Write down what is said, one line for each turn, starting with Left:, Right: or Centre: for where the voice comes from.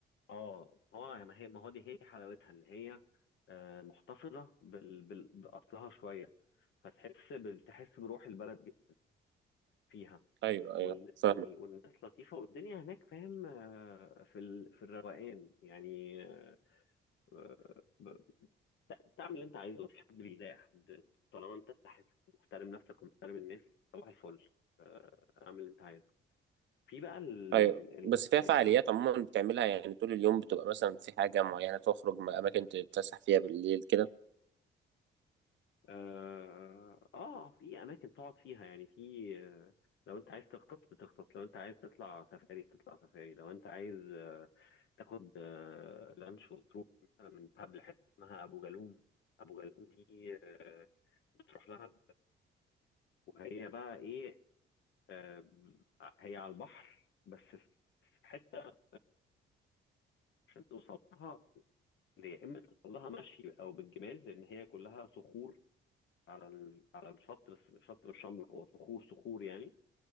Left: اه هو ما هي ما هو دي هي حلاوتها ان هي آه، محتفظة بال... بال... بأصلها شوية فتحس بال... تحس بروح البلد دي فيها
Right: ايوه ايوه
Left: وال...
Right: فاهمه
Left: وال... والناس لطيفة والدنيا هناك فاهم آه، في ال... في الروقان يعني آه، آه، ت- تعمل اللي انت عايزه في حد لله يا حد طالما انت تحس محترم نفسك ومحترم الناس صباح الفل آه، اعمل اللي انت عايزه في بقى ال-
Right: ايوه
Left: ال- ال-
Right: بس فيها فعاليات
Left: الجنب
Right: عموما بتعملها يعني طول اليوم بتبقى مثلا في حاجه معينه تخرج اماكن تتفسح فيها بالليل كده
Left: اه آه، في اماكن تقعد فيها يعني في آه، لو انت عايز تخطط بتخطط لو انت عايز تطلع سفاري بتطلع سفاري لو انت عايز آه، تاخد آه، لانش وتروح مثلا من دهب لحته اسمها ابو جالوم ابو جالوم دي آه، بتروح لها وهي بقى ايه آم، هي على البحر بس في في حته عشان توصل لها يا اما توصل لها مشي او بالجمال لان هي كلها صخور على ال... على الشط بس الشط مش شمله هو صخور صخور يعني